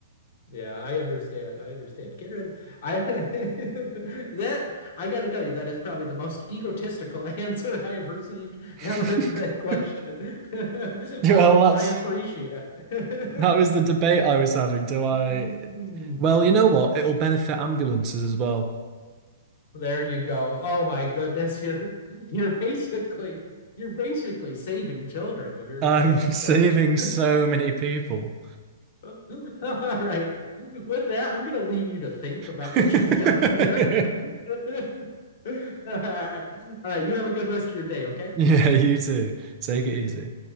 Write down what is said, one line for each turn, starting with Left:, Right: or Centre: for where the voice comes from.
Left: Yeah, I understand. I understand. Get rid I <laughs> that I got to tell you, that is probably the most egotistical <laughs> answer I have received
Right: <laughs>
Left: ever to that question. <laughs>
Right: Well,
Left: But
Right: that's
Left: I appreciate it.
Right: that was the debate I was having. Do I?
Left: <laughs> <laughs>
Right: Well, you know what? It'll benefit ambulances as well.
Left: There you go. Oh my goodness, you're you're basically you're basically saving children with your
Right: I'm
Left: decision.
Right: <laughs> saving
Left: So <laughs>
Right: so many people.
Left: all right. With that, I'm gonna leave you to think about
Right: <laughs>
Left: what you've done here. <laughs> All right. All right, you have a good rest of your day, okay?
Right: Yeah, you too. Take it easy.